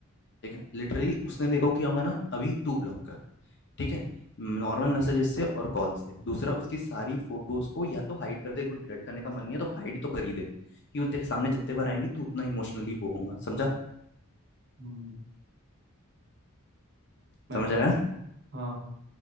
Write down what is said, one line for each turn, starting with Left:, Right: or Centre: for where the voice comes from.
Left: ठीक है लिटरली उसने देखा कि होगा ना अभी तू ब्लॉक का ठीक है नॉर्मल मैसेजेस से और कॉल से दूसरा उसकी सारी फोटोज को या तो हाइड कर दे को डिलीट करने का मन नहीं है तो हाइड तो कर ही दे कि वो तेरे सामने जितने बार आएंगी तू उतना इमोशनली वो होगा समझा
Right: हम्म मैं
Left: समझ
Right: कोशिश
Left: आया
Right: करूँ हाँ